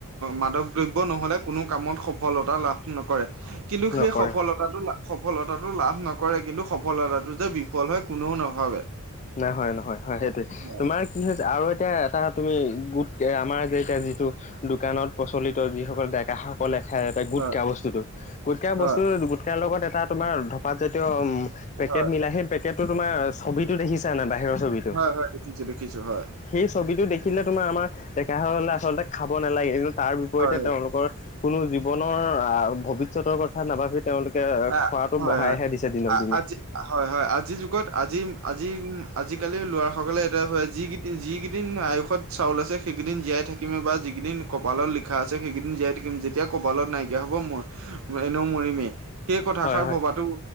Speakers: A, on the right (about 65°); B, on the left (about 30°).
A: মাদক দ্ৰব্য নহ'লে কোনো কামত সফলতা লাভ নকৰে কিন্তু
B: নকৰে।
A: সেই সফলতাটো সফলতাটো লাভ নকৰে কিন্তু সফ সফলতাটো যে বিফল হয় কোনেও নাভাবে।
B: নাই হয়, নহয়, হয় সেইটোয়ে
A: হয়
B: তোমাৰ কি হৈছে আৰু এতিয়া এটা তুমি গোট আমাৰ যে এতিয়া যিটো- দোকানত প্ৰচলিত যিসকল ডেকাসকলে খাই গোটকা
A: হয়
B: বস্তুতো, গোটকা
A: হয়
B: বস্তুতো তাৰ লগত এটা তোমাৰ ধপাতজাতীয় পেকেট
A: হয়
B: মিলাই, সেই পেকেটটো তোমাৰ ছবিটো দেখিছা? তেনে <unintelligible> বাহিৰৰ ছবিত
A: হয়, হয় দেখিছোঁ, দেখিছোঁ হয়।
B: সেই ছবিটো দেখিলে তোমাৰ আমাৰ ডেকাসকলে আচলতে খাব নালাগে, কিন্তু তাৰ বিপৰীতে
A: হয়
B: তেওঁলোকৰ কোনো জীৱনৰ ভৱিষ্যতৰ কথা নাভাবি তেওঁলোকে
A: আ
B: খোৱাটো
A: হয়
B: বঢ়াইহে
A: হয়
B: দিছে দিনক
A: আ
B: দিনে।
A: আজি হয়, হয়, আজিৰ যুগত আজি, আজি, আজি, কালি ল'ৰা সকলে এটাই ভাবে, যি যিকেইদিন আয়ুসত চাউল আছে সেইকেইদিন জীয়াই থাকিমে বা যিকেইদিন কপালত লিখা আছে সেইকেইদিন জীয়াই থাকিম। যেতি এতিয়া কপালত নাইকিয়া হ'ব মই এনেও মৰিমেই। সেই কথাষাৰ
B: হয় হয়
A: ভবাতো,